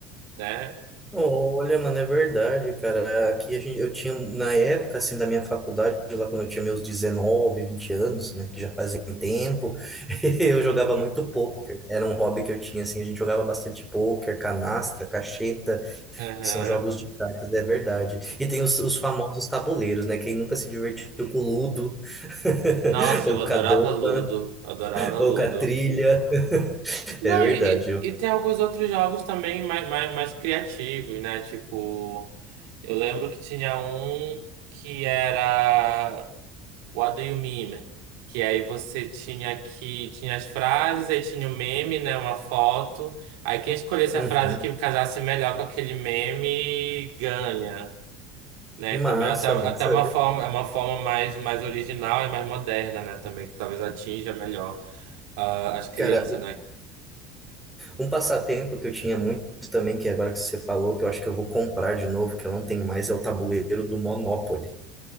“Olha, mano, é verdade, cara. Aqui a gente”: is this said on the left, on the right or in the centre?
Centre